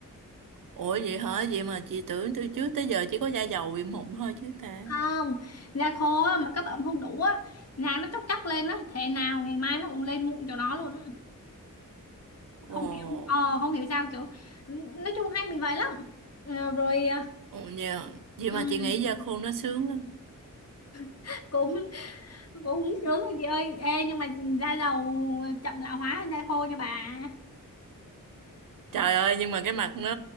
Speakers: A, on the right; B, on the left.
A: ủa vậy hả vậy mà chị tưởng từ trước tới giờ chỉ có da dầu bị mụn thôi chứ ta
B: không da khô á, mà cấp ẩm không đủ á da nó chóc chóc lên á thế nào ngày mai nó cũng lên mụn cho nó luôn á không
A: ồ
B: hiểu ờ, không hiểu sao kiểu nói chung hay bị vậy lắm Ờ, rồi ờ,
A: ồ nhờ vậy
B: ừ,
A: mà chị nghĩ da khô nó sướng lắm
B: <laughs> cũng cũng sướng rồi chị ơi ê nhưng mà da dầu chậm lão hóa hơn da khô nha bà <laughs>
A: trời ơi nhưng mà cái mặt nó